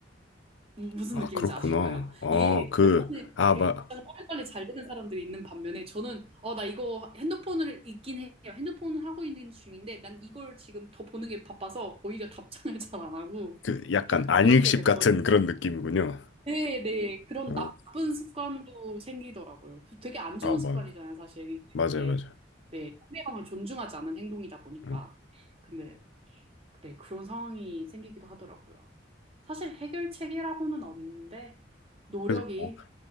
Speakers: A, on the right; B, on the left.
A: 무- 무슨
B: 아,
A: 느낌인지
B: 그렇구나.
A: 아실까요?
B: 아,
A: 이게
B: 그,
A: 핸드폰에
B: 아,
A: 되게
B: 막,
A: 빨리빨리 잘 되는 사람들이 있는 반면에 저는 어, 나 이거 핸드폰을 있긴 해요. 핸드폰을 하고 있는 중인데 난 이걸 지금 더 보는 게 바빠서 오히려 답장을 잘 안 하고
B: 그, 약간
A: <laughs>
B: 안익십
A: 그- 그렇게 돼버리는
B: 같은 그런 느낌이군요.
A: 네, 네. 그런
B: 응.
A: 나쁜 습관도 생기더라고요. 되게 안 좋은
B: 아, 뭐,
A: 습관이잖아요, 사실. 이게
B: 맞아요,
A: 되게,
B: 맞아요.
A: 네, 상대방을 존중하지 않은 행동이다 보니까.
B: 응.
A: 근데, 네, 그런 상황이 생기기도 하더라고요. 사실 해결책이라고는 없는데, 노력이,
B: 그래서 뭐,